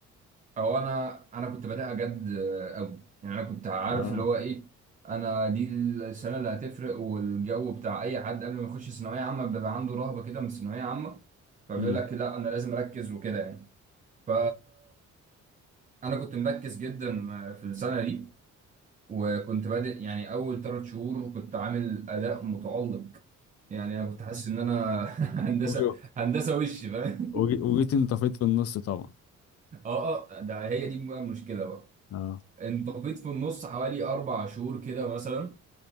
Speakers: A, on the right (about 25°); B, on the left (about 50°).
A: او انا انا كنت بادئها جد قوي يعني انا كنت عارف
B: اه
A: اللي هو ايه انا دي السنه اللي هتفرق والجو بتاع اي حد قبل ما يخش ثانويه عامه بيبقى عنده رهبه كده من الثانويه عامه فبيقول
B: امم
A: لك لا انا لازم اركز وكده يعني ف انا كنت مركز جدا في السنه دي وكنت بادئ يعني اول ثلاث شهور كنت عامل اداء متالق يعني انا كنت حاسس ان انا <laughs> هندسه
B: امم
A: هندسه وش فاهم
B: وجي- وجيت انطفيت في النص طبعا
A: <laughs> اه اه ده هي دي بقى المشكله بقى
B: اه
A: انطفيت في النص حوالي اربع شهور كده مثلا